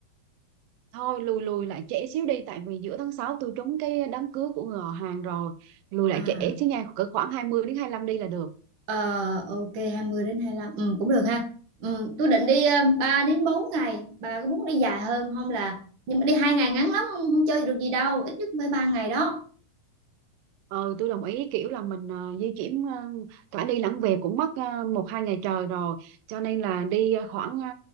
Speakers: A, on the right; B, on the right.
A: thôi lùi lùi lại trễ xíu đi tại vì giữa tháng 6 tôi trúng cái đám cưới của người họ hàng rồi lùi lại
B: à
A: trễ xíu nha cỡ khoảng 20 đến hai lăm đi là được
B: ờ, ok 20 đến 25 ừ, cũng được ha ừ, tôi định đi uh, 3 đến 4 ngày bà có muốn đi dài hơn không là nhưng mà đi hai ngày ngắn lắm không không chơi được gì đâu ít nhất cũng phải ba ngày đó
A: ừ tôi đồng ý kiểu là mình ờ, di chuyển ờ, cả đi lẫn về cũng mất ờ, một hai ngày trời rồi cho nên là đi ờ, khoảng ờ,